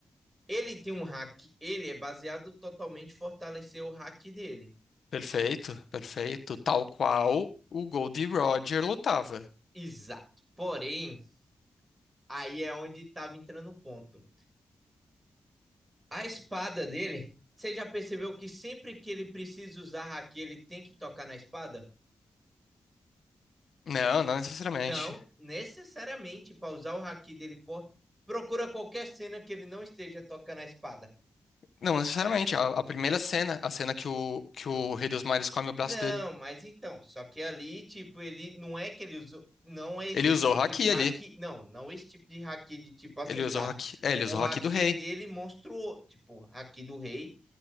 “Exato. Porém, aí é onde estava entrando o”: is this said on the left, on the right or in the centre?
Right